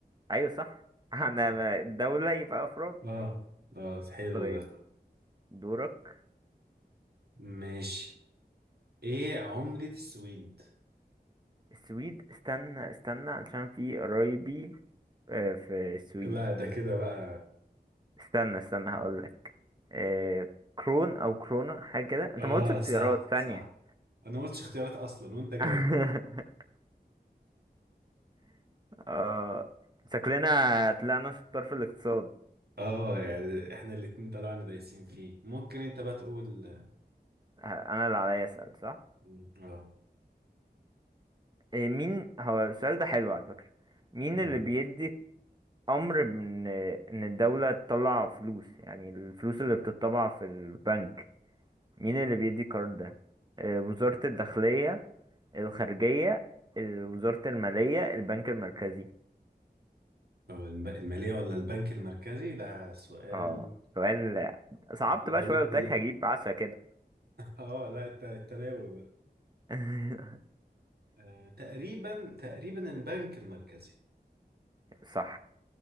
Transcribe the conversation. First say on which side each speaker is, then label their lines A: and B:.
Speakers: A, on the right; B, on the right.
A: ايوه صح <laughs> انا
B: صح
A: ما- الدولة يبقى افراد
B: اه اه حلو
A: طيب
B: ده
A: دورك
B: ماشي ايه عملة السويد
A: السويد استنى استنى علشان في قرايبي آه، في السويد
B: لا ده كده بقى
A: استنى استنى هقولك إيه كرون او كرونا حاجه كده انت
B: اه
A: ما قلتش اختيارات
B: صح
A: ثانيه
B: صح انا ما قلتش اختيارات اصلا وانت جاوبت
A: <laughs> اه شكلنا طلعنا شطار في الاقتصاد
B: اه يعني احنا الاتنين طلعنا دايسين فيه ممكن انت بقى تقول
A: ه- انا اللي عليا اسال صح
B: مم. اه
A: إيه مين هو السؤال ده حلو على فكره مين
B: مم.
A: اللي بيدي امر ان ان الدوله تطلع فلوس يعني الفلوس اللي بتطبع في البنك مين اللي بيدي القرار ده إيه وزاره الداخليه الخارجيه ال- وزاره الماليه البنك المركزي
B: آه، الب- المالية ولا البنك المركزي ده سؤال
A: اه سؤال صعبت
B: لو
A: بقى شوية
B: <laughs>
A: قلت لك هجيب عشرة كده
B: اه لا الت- التناوي بقى
A: <laughs>
B: آه تقريبا تقريبا البنك المركزي
A: صح